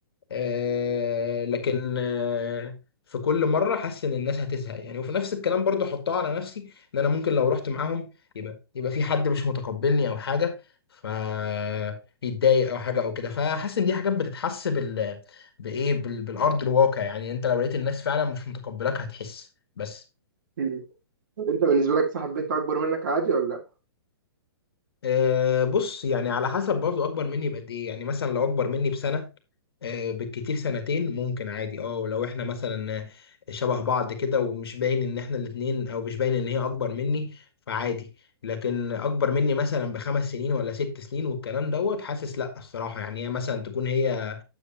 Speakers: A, on the left; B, on the right.
A: آه، لكن آه، في كل مره حاسس ان الناس هتزهق يعني وفي نفس الكلام برضو احطها على نفسي ان انا ممكن لو رحت معاهم يبقى يبقى في حد مش متقبلني او حاجه فيتضايق او حاجه او كده فحاسس ان دي حاجات بتتحس بال بايه بال... بالارض الواقع يعني انت لو لقيت الناس فعلا مش متقبلاك هتحس بس
B: مم. انت بالنسبه لك صاحب بنت اكبر منك عادي ولا لا؟
A: أه بص يعني على حسب برضه اكبر مني بقد ايه يعني مثلا لو اكبر مني بسنه أه بالكتير سنتين ممكن عادي اه لو احنا مثلا شبه بعض كده ومش باين ان احنا الاتنين او مش باين ان هي اكبر مني فعادي لكن اكبر مني مثلا بخمس سنين ولا ست سنين والكلام دوت حاسس لا الصراحه يعني هي مثلا تكون هي